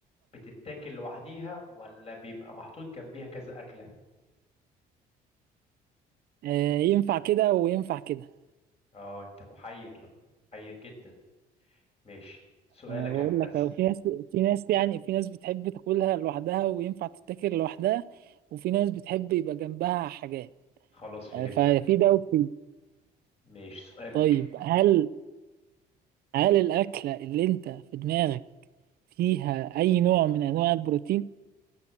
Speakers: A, on the left; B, on the right.
A: بتتاكل لوحديها ولا بيبقى محطوط جنبيها كذا اكله
B: آه ينفع كده وينفع كده
A: اه انت محير محير جدا ماشي سؤالك
B: أنا بقول
A: يا هندسه
B: لك أهو، في ناس في ناس يعني في ناس بتحب تاكلها لوحدها وينفع تتاكل لوحدها وفي ناس بتحب يبقى جنبها حاجات
A: خلاص فهمتك
B: آه، ففي ده وفي ده.
A: ماشي سؤالك
B: طيب هل هل الأكلة اللي أنت في دماغك فيها أي نوع من أنواع البروتين